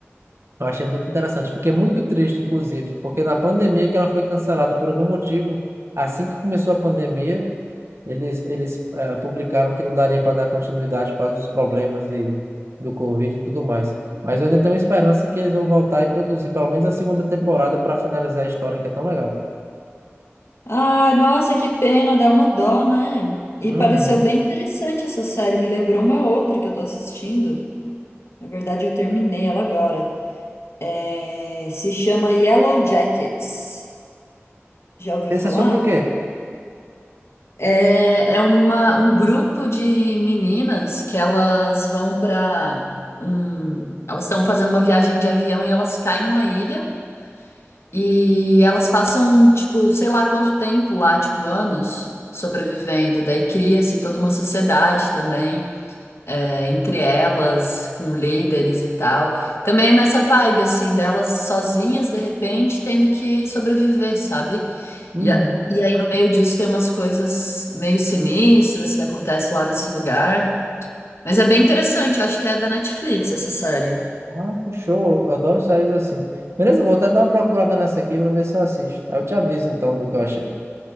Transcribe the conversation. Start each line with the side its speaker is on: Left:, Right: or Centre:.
Right: Eu achei muito interessante. Fiquei muito triste, inclusive, porque na pandemia que ela foi cancelada por algum motivo, assim que começou a pandemia, eles, eles eh, publicaram que não daria para dar continuidade por causa dos problemas de, do Covid e tudo mais. Mas eu ainda tenho esperança que eles vão voltar e produzir pelo menos a segunda temporada para finalizar a história, que é tão legal.
Left: Ah, nossa, que pena, dá uma dó, né? E
Right: Uhum.
Left: pareceu bem interessante essa série, me lembrou uma outra que eu tô assistindo. Na verdade, eu terminei ela agora. É, se chama Yellow Jackets. Já ouviu
Right: Esse
Left: falar?
Right: é sobre o quê?
Left: É, é uma, um grupo de meninas que elas vão para um, elas estão fazendo uma viagem de avião e elas caem numa ilha e elas passam, tipo, sei lá quanto tempo lá, tipo, anos sobrevivendo. Daí cria-se toda uma sociedade também. é, entre elas, com líderes e tal. Também é nessa vibe, assim, delas sozinhas, de repente, tendo que sobreviver, sabe?
Right: Uhum.
Left: E, a- e aí, no meio disso, tem umas coisas meio sinistras que acontecem lá nesse lugar. Mas é bem interessante, eu acho que é da Netflix essa série.
Right: Ah, que show. Eu adoro séries assim. Beleza, eu vou até dar uma procurada nessa aqui para ver se eu assisto. Aí eu te aviso então do que eu achei.